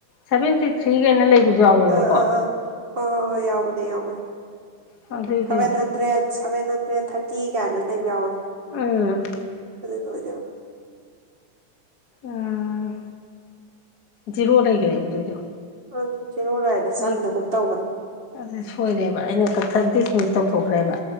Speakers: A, on the left; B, on the right.
A: ꯁꯦꯚꯦꯟꯇꯤ ꯊ꯭ꯔꯤꯒꯥꯏꯅ ꯂꯩꯕꯁꯨ ꯌꯥꯎꯋꯦꯕꯀꯣ
B: ꯑꯥ ꯑꯥ ꯑꯥ ꯍꯣꯏ ꯍꯣꯏ ꯍꯣꯏ ꯌꯥꯎꯕꯅꯦ ꯌꯥꯎꯕꯅꯦ
A: ꯑꯗꯨꯏꯗꯤ
B: seven hundred seven hundred thirty ꯀꯥꯏꯅ ꯂꯩꯕ ꯌꯥꯎꯅꯦ
A: ꯎꯝ
B: ꯑꯗꯨꯗ ꯑꯣꯏꯗꯣꯏꯕ
A: ꯎꯝ ꯖꯤꯔꯣ ꯂꯩꯒꯔꯦꯕ ꯑꯗꯨꯏꯗꯣ
B: ꯑꯗꯨ ꯖꯦꯔꯣ ꯂꯩꯔꯗꯤ
A: ꯍꯣꯏ
B: ꯆꯪꯗꯒꯨꯝ ꯇꯧꯕꯅꯦ
A: ꯑꯗꯨ ꯁꯣꯏꯔꯦꯕ ꯑꯩꯅ ꯀꯛꯊ ꯗꯤꯁꯃꯤꯁ ꯇꯧꯊꯣꯛꯈ꯭ꯔꯦꯕ